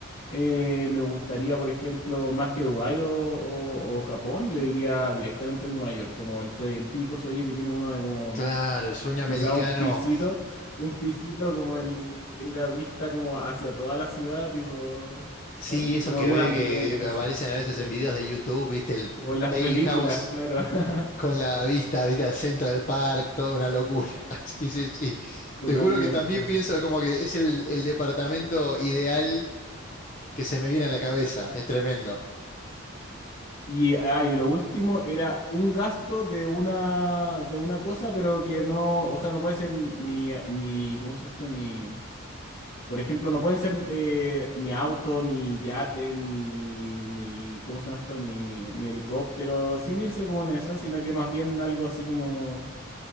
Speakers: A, on the left; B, on the left.
A: eh, me gustaría, por ejemplo, más que Dubái o, o- o Japón, yo iría directamente a Nueva York, como el sue- el típico sueño que tiene uno de como
B: Claro, el sueño
A: quizá
B: americano,
A: un pisito, un pisito como en que tenga vista como hacia toda la ciudad, tipo,
B: sí,
A: ¿sabes?
B: esos
A: Como
B: que
A: en
B: ve
A: un ambiente
B: que
A: así.
B: aparecen a veces
A: Sí.
B: en videos de YouTube, viste, el p-
A: O
B: un
A: en las
B: penthouse
A: películas, claro. <laughs>
B: con la vista, viste, al Central Park, toda una locura. <laughs> Sí, sí, sí.
A: Totalmente.
B: Te juro que también pienso como que es el, el departamento ideal que se me viene a la cabeza, es tremendo.
A: Y, ah, y lo último era un gasto de una de una cosa, pero que no, o sea, no puede ser ni ni ¿cómo es esto? Ni Por ejemplo, no pueden ser eh, ni auto, ni yate, ni, ni, ¿cómo se llama esto? Ni, ni helicóptero, sin irse como en eso, sino que más bien algo así como,